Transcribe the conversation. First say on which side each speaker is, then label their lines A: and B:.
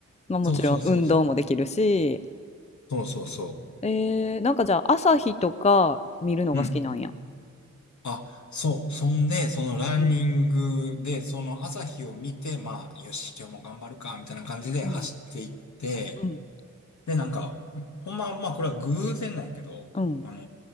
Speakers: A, on the left; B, on the left.
A: まあもちろん運動もできるし、
B: そうそうそうそう。そうそうそ
A: えー、なんかじゃあ朝日とか見るのが好きなんや。
B: う。うん。あ、そう。そんで、そのランニングで、
A: うん
B: その朝日を見て、まあ、よし、今日も頑張るか、みたいな感じで走っていって、
A: うんうん
B: で、なんか、ほんま、まあ、これは偶然なんやけど、
A: うん
B: あの